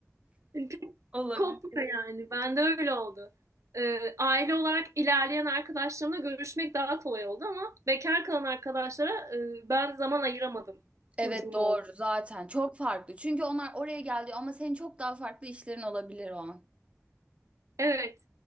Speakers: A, on the right; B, on the right.
A: Yani pek
B: Olabilir.
A: kopmuyor yani. Ben de öyle oldu. Ee, aile olarak ilerleyen arkadaşlarımla görüşmek daha kolay oldu ama bekar kalan arkadaşlara e, ben zaman ayıramadım. Çocuğum
B: Evet doğru
A: oldu.
B: zaten çok farklı. Çünkü onlar oraya geldi ama senin çok daha farklı işlerin olabilir o an.
A: Evet.